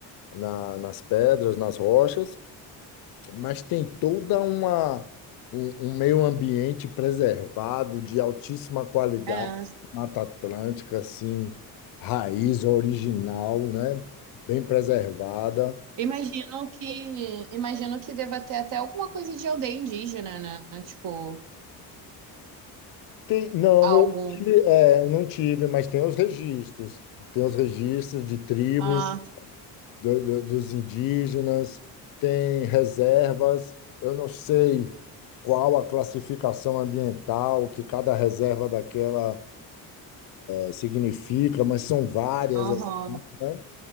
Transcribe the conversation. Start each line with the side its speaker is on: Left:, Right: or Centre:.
Left: na, nas pedras, nas rochas, mas tem toda uma, um, um meio ambiente preservado, de altíssima qualidade,
Right: É.
Left: Mata Atlântica, assim, raiz original, né, bem preservada.
Right: Imagino que, imagino que deva ter até alguma coisa de aldeia indígena, né? Tipo,
Left: Tem- não,
Right: algum.
Left: eu tive- é, não tive, mas tem os registros. Tem os registros de tribos,
Right: Ah,
Left: do- do- dos indígenas, tem reservas. Eu não sei qual a classificação ambiental que cada reserva daquela eh, significa, mas são várias,
Right: aham.
Left: assim, né?